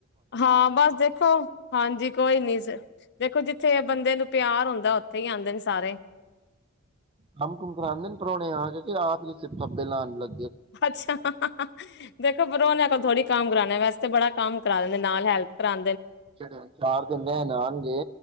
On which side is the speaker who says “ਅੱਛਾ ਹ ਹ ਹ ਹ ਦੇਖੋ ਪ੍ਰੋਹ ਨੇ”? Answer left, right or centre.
Left